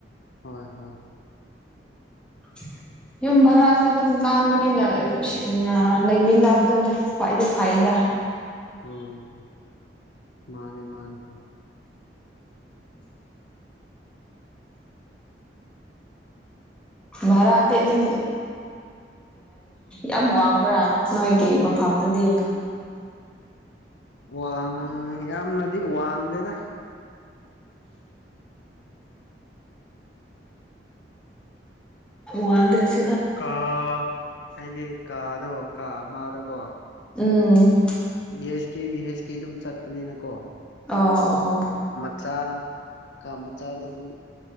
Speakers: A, on the left; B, in the centre.
A: ꯍꯣꯏ ꯍꯣꯏ
B: <inaudible> ꯌꯨꯝ ꯚꯔꯥꯁꯦ ꯑꯗꯨꯝ ꯂꯥꯡꯕꯅꯤꯅ ꯑꯗꯨꯝ ꯂꯩꯃꯤꯟꯅꯕꯗꯅ ꯈ꯭ꯋꯥꯏꯗꯩ ꯐꯥꯏꯗ
A: ꯎꯝ ꯃꯥꯅꯦ ꯃꯥꯅꯦ
B: ꯚꯔꯗꯤ ꯑꯗꯨ ꯌꯥꯝ ꯋꯥꯡꯕ꯭ꯔꯥ ꯅꯣꯏꯒꯤ ꯃꯐꯝꯗꯨꯗꯤ
A: ꯋꯥꯡ ꯌꯥꯝꯅꯗꯤ ꯋꯥꯡꯗꯦꯗ
B: ꯋꯥꯗ꯭ꯔꯁꯨ
A: ꯀꯥ ꯍꯥꯏꯗꯤ ꯀꯥꯗꯣ ꯀꯥ ꯑꯃꯗꯀꯣ
B: ꯎꯝ
A: ꯕꯤ ꯑꯩꯆ ꯀꯦ ꯚꯤ ꯍꯁ ꯀꯦ ꯑꯗꯨꯝ ꯆꯠꯄꯅꯤꯅ ꯀꯣ
B: ꯑ ꯑꯣ
A: ꯃꯆꯥ ꯀ ꯃꯆꯥꯒꯤ ꯑꯗꯨꯝ